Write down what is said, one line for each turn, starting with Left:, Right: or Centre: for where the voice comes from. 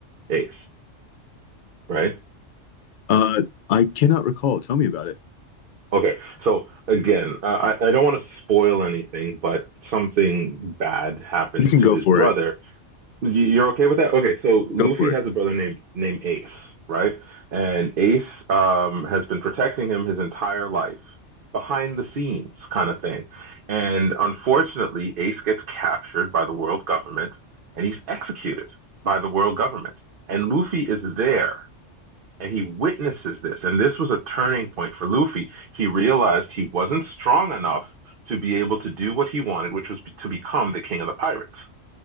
Right: Ace, right?
Left: uh i cannot recall tell me about it
Right: Okay. So again, uh, I I don't want to spoil anything, but something bad happens
Left: you can go
Right: to his
Left: for
Right: brother
Left: it
Right: You- are okay with that? Okay, so Luffy
Left: go for it
Right: has a brother named named Ace, right? And Ace um has been protecting him his entire life, behind the scenes kind of thing. And unfortunately, Ace gets captured by the world government and he's executed by the world government. And Luffy is there and he witnesses this. And this was a turning point for Luffy. He realized he wasn't strong enough to be able to do what he wanted, which was to become the king of the pirates.